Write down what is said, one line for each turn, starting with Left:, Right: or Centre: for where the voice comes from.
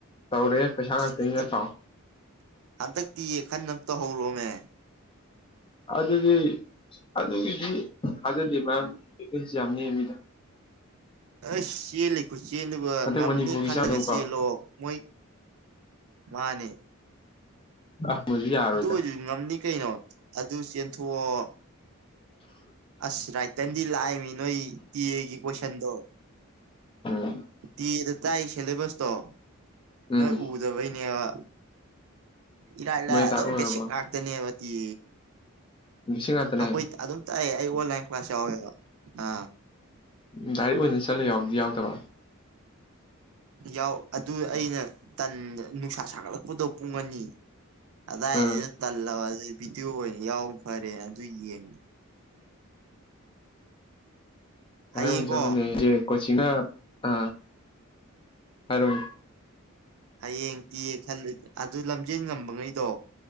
Left: ꯇꯧꯔꯦ ꯄꯩꯁꯥ ꯉꯥꯛꯇꯅꯤ
Right: ꯍꯟꯇꯛ
Left: ꯅꯠꯇ꯭ꯔꯣ
Right: ꯍꯟꯗꯛꯇꯤ ꯈꯟꯅ ꯇꯧꯍꯧꯔꯣꯅꯦ
Left: ꯑꯗꯨꯗꯤ ꯑꯗꯨꯒꯤꯗꯤ ꯊꯥꯖꯗꯦ ꯃꯌꯥꯝ ꯦꯟꯁꯤ ꯌꯥꯝꯅꯤ ꯃꯤꯗ
Right: ꯑꯁ ꯆꯦꯜꯂꯤꯀꯣ ꯆꯦꯟꯗꯨ
Left: ꯍꯟꯗꯛ
Right: ꯉꯝꯅꯤ
Left: ꯃꯅꯤꯄꯨꯔꯒꯤ
Right: ꯈꯜꯂꯒ
Left: ꯆꯥꯅꯕꯀꯣ
Right: ꯆꯦꯜꯂꯣ ꯃꯣꯏ ꯃꯥꯅꯤ
Left: ꯑꯍ ꯃꯁꯨ ꯌꯥꯔꯣꯏꯗ
Right: ꯑꯣꯏꯔꯁꯨ ꯉꯝꯅꯤ ꯀꯩꯅꯣ ꯑꯗꯨ ꯆꯦꯟꯊꯣꯛꯑꯣ ꯑꯁ ꯔꯥꯏꯇꯔꯟꯗꯤ ꯂꯥꯛꯏꯃꯤ ꯅꯣꯏ ꯇꯤ ꯑꯦꯒꯤ ꯀꯣꯏꯁꯟꯗꯣ
Left: ꯎꯝ
Right: ꯇꯦꯗ ꯇꯥꯏ ꯁꯦꯂꯦꯕꯁꯇꯣ
Left: ꯎꯝ
Right: ꯅꯣꯏ ꯎꯗꯕꯩꯅꯦꯕ ꯏꯂ ꯏꯂ
Left: ꯅꯣꯏ
Right: ꯑꯗꯨꯣꯝ
Left: ꯇꯥꯛ ꯂꯣꯏꯔꯕꯣ
Right: ꯕꯁꯤꯛ ꯍꯥꯥꯛꯇꯅꯦ ꯑꯕꯇꯤ
Left: ꯁꯤ ꯉꯥꯛꯇꯅꯦ
Right: ꯑꯩꯈꯣꯏ ꯑꯗꯨꯝ ꯇꯥꯛꯑꯦ ꯑꯩ ꯑꯣꯟꯂꯥꯏꯟ ꯀ꯭ꯂꯥꯁ ꯌꯥꯎꯋꯦꯕ ꯑ
Left: ꯝ ꯗꯥꯏꯔꯦꯛ ꯑꯣꯏꯅ ꯆꯠꯂ ꯌꯥꯎꯗꯤ ꯌꯥꯎꯗꯕ
Right: ꯌꯥꯎ ꯑꯗꯨ ꯑꯩꯅ ꯇꯟ ꯅꯨꯡꯁꯥ ꯁꯥꯒꯠꯂꯛꯄꯗꯣ ꯄꯨꯡ ꯑꯅꯤ ꯑꯗꯥꯏꯗ
Left: ꯑꯥ
Right: ꯑꯩꯅ ꯇꯜꯂꯕ ꯑꯗꯨ ꯚꯗꯤꯑꯣ ꯑꯣꯏꯅ ꯌꯥꯎ ꯐꯔꯦ ꯑꯗꯨ ꯌꯦꯡꯉ
Left: ꯊ
Right: ꯍꯌꯦꯡꯀꯣ
Left: ꯁꯔ ꯌꯦ ꯀꯣꯁꯤꯅ ꯑ ꯍꯥꯏꯔ
Right: ꯍꯌꯦꯡ ꯇꯤ ꯈꯜꯂ ꯑꯗꯨ ꯂꯝꯖꯦꯟ ꯉꯝꯕ ꯉꯩꯗꯣ